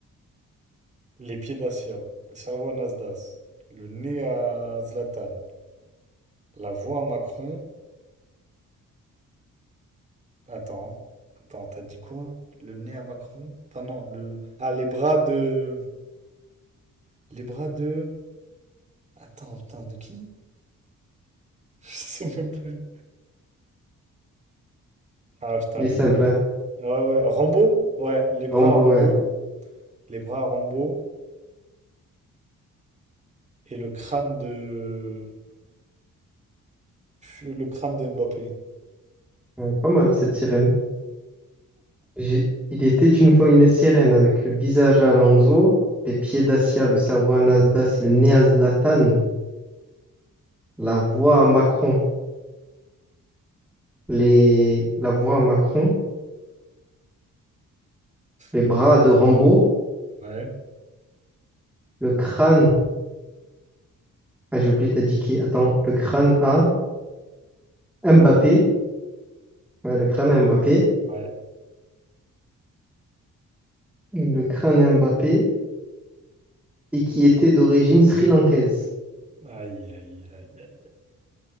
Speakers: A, on the right; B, in the centre.
A: les pieds d'Acia, le cerveau à Nasdaq, le nez à Zlatan, la voix à Macron. Attends, attends, t'as dit quoi? Le nez à Macron? Enfin non, le... Ah, les bras de... Les bras de... Attends, putain, de qui? <laughs> Je sais même plus. Ah putain,
B: Dit
A: j'ai oublié.
B: simple, hein?
A: Ouais, ouais, Rambo? Ouais, les bras
B: Rambo,
A: à Rambo,
B: ouais.
A: les bras à Rambo et le crâne de... Le crâne de Mbappé.
B: Ouais, Pas mal cette sirène. J'ai- Il était une fois une sirène, avec le visage à Alonso, les pieds d'Acia, le cerveau à Nasdas, le nez à Zlatan, la voix à Macron, les... la voix à Macron, les
A: Même
B: bras de Rambo,
A: Ouais,
B: le crâne Ah, j'ai oublié, t'as dit qui? Attends, le crâne à Mbappé. Ouais, le crâne à Mbappé.
A: ouais.
B: Le crâne à Mbappé et qui était d'origine sri-lankaise.
A: Aïe, aïe, aïe, aïe.